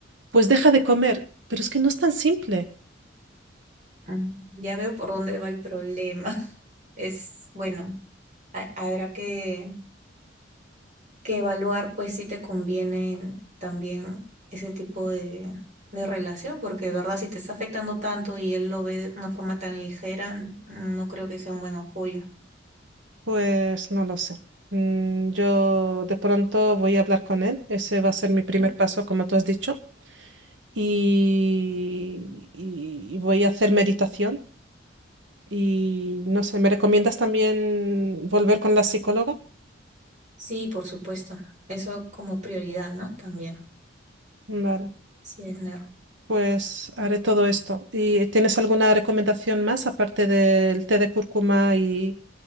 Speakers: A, on the right; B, on the right.
A: pues deja de comer, pero es que no es tan simple.
B: Mm, Ya veo por dónde va el problema. <laughs> Es, bueno, ha- habrá que que evaluar pues si te conviene también ese tipo de, de relación, porque de verdad si te está afectando tanto y él lo ve de una forma tan ligera, no creo que sea un buen apoyo.
A: Pues no lo sé. Mm, yo de pronto voy a hablar con él, ese va a ser mi primer
B: ¿no?
A: paso como tú has dicho y, y- y voy a hacer meditación y no sé, ¿me recomiendas también volver con la psicóloga?
B: Sí, por supuesto. Eso como prioridad, ¿no? También,
A: Vale.
B: sí, es nerd.
A: Pues haré todo esto. ¿Y tienes alguna recomendación más aparte del té de cúrcuma y,